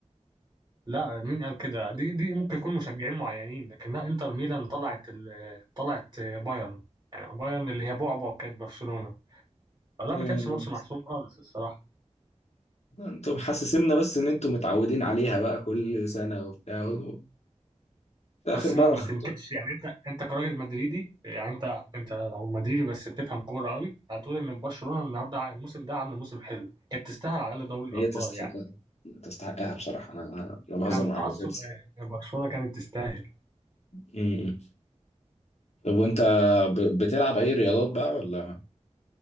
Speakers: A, on the right; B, on the left.
A: لا مين قال كده دي دي ممكن يكون مشجعين معينين لكن لا انتر ميلان طلعت ال... طلعت بايرن يعني بايرن اللي هي بعبع كانت برشلونه آه، لا
B: مم.
A: ما كانش ماتش محسوم خالص الصراحه
B: أنتوا محسسينا بس إن أنتوا متعودين عليها بقى كل سنة وبتاع و- ده
A: بس
B: آخر مرة
A: لا ما
B: خط...
A: تنكدش يعني انت انت كراجل مدريدي يعني انت انت لو مدريدي بس بتفهم كوره قوي هتقول ان برشلونه النهارده ع- الموسم ده عامل موسم حلو كانت تستاهل على الاقل دوري الابطال
B: هي تستحق
A: يعني
B: تستحقها بصراحة أنا أنا أنا بهزر
A: بعيد عن
B: معاك
A: التعصب
B: بس هي تستحق.
A: آه، برشلونه كانت تستاهل
B: مم. طب وأنت ب- بتلعب أي رياضات بقى ولا